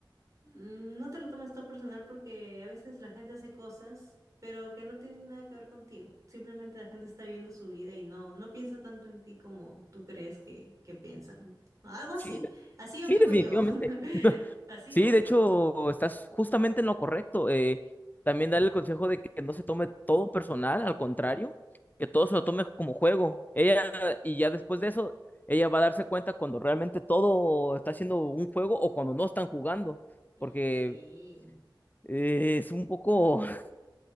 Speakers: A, on the right; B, on the left.
A: mm, no te lo tomes todo personal porque a veces la gente hace cosas, pero que no tienen nada que ver contigo. Simplemente la gente está viendo su vida y no, no piensa tanto en ti como tú crees que, que piensan. Algo así,
B: sí, <laughs> de-
A: así yo
B: sí,
A: vivo
B: definitivamente.
A: yo, <laughs>
B: <laughs>
A: así
B: Sí,
A: vivo
B: de
A: yo.
B: hecho, estás justamente en lo correcto. Eh, también darle el consejo de que no se tome todo personal, al contrario, que todo se lo tome como juego. Ella, y ya después de eso, ella va a darse cuenta cuando realmente todo está siendo un juego o cuando no están jugando,
A: Es
B: porque
A: que sí,
B: eh, es un poco, <laughs>